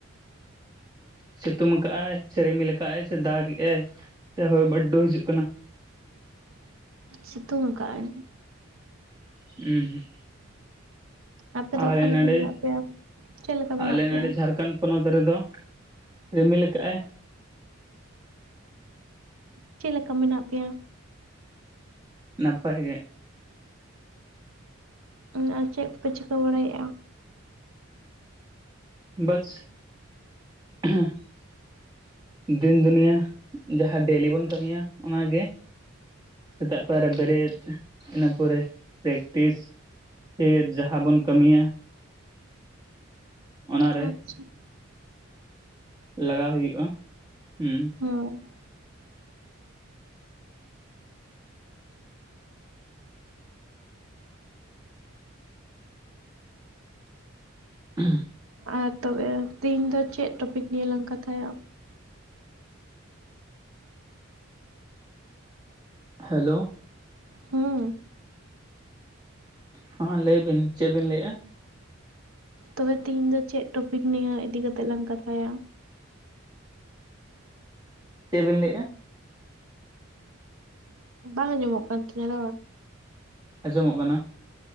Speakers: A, on the right (about 20°); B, on the right (about 80°).
A: ᱥᱤᱛᱩᱝ ᱟᱠᱟᱫᱼᱟᱭ ᱥᱮ ᱨᱤᱢᱤᱞ ᱟᱠᱟᱫᱼᱟᱭ ᱥᱮ ᱫᱟᱜᱮᱜᱼᱟᱭ? ᱥᱮ ᱦᱳᱭ ᱵᱟᱨᱰᱩ ᱦᱤᱡᱩᱜ ᱠᱟᱱᱟ
B: ᱥᱤᱛᱩᱝ ᱟᱠᱟᱜᱼᱟᱭ
A: ᱦᱩᱸ
B: ᱟᱯᱮ ᱫᱚ
A: ᱟᱞᱮ
B: ᱚᱠᱟ ᱞᱮᱠᱟ
A: ᱱᱚᱰᱮ,
B: ᱢᱮᱱᱟᱜ ᱯᱮᱭᱟ? ᱪᱮᱫ ᱞᱮᱠᱟ ᱢᱮᱱᱟᱜ
A: ᱟᱞᱮ
B: ᱯᱮᱭᱟ
A: ᱱᱚᱰᱮ ᱡᱷᱟᱲᱠᱷᱟᱱᱰ ᱯᱚᱱᱚᱛ ᱨᱮᱫᱚ ᱨᱤᱢᱤᱞ ᱟᱠᱟᱫᱼᱟᱭ᱾
B: ᱪᱮᱫ ᱞᱮᱠᱟ ᱢᱮᱱᱟᱜ ᱯᱮᱭᱟ?
A: ᱱᱟᱯᱟᱭ ᱜᱮ᱾
B: ᱚ ᱟᱨ ᱪᱮᱫ ᱠᱚᱯᱮ ᱪᱤᱠᱟᱹ ᱵᱟᱲᱟ ᱭᱮᱫᱼᱟ?
A: ᱵᱟᱥ <unintelligible> ᱫᱤᱱ ᱫᱩᱱᱤᱭᱟᱹ ᱡᱟᱦᱟᱸ ᱰᱮᱞᱤ ᱵᱚᱱ ᱠᱟᱹᱢᱤᱭᱟ ᱚᱱᱟᱜᱮ ᱥᱮᱛᱟᱜ ᱯᱟᱭᱟᱨ ᱨᱮ ᱵᱮᱨᱮᱫ ᱚᱱᱟᱹ ᱯᱚᱨᱮ ᱯᱨᱮᱠᱴᱤᱥ ᱯᱷᱤᱨ ᱡᱟᱦᱟᱸ ᱵᱚᱱ ᱠᱟᱹᱢᱤᱭᱟ ᱚᱱᱟ ᱨᱮ
B: ᱟᱪᱪᱷᱟ
A: ᱞᱟᱜᱟᱣ ᱦᱩᱭᱩᱜᱼᱟ᱾ ᱦᱩᱸ
B: ᱦᱚᱸ
A: <unintelligible>
B: ᱟᱨ ᱛᱚᱵᱮ ᱛᱮᱦᱤᱧ ᱫᱚ ᱪᱮᱫ ᱴᱚᱯᱤᱠ ᱱᱤᱭᱮ ᱞᱟᱝ ᱠᱟᱛᱷᱟᱭᱟ?
A: ᱦᱮᱞᱳ
B: ᱦᱩᱸ
A: ᱦᱩᱸ ᱞᱟᱹᱭ ᱵᱤᱱ ᱪᱮᱫ ᱵᱤᱱ ᱞᱟᱹᱭᱮᱜᱼᱟ?
B: ᱛᱚᱵᱮ ᱛᱤᱦᱤᱧ ᱫᱚ ᱪᱮᱫ ᱴᱚᱯᱤᱠ ᱱᱤᱭᱟᱹ ᱤᱫᱤ ᱠᱟᱛᱮᱫ ᱞᱟᱝ ᱠᱟᱛᱷᱟᱭᱟ?
A: ᱪᱮᱫ ᱵᱤᱱ ᱞᱟᱹᱭᱮᱜᱼᱟ?
B: ᱵᱟᱝ ᱟᱸᱡᱚᱢᱚᱜ ᱠᱟᱱ ᱛᱤᱧᱟᱹ ᱨᱚᱲ?
A: ᱟᱸᱡᱚᱢᱚᱜ ᱠᱟᱱᱟ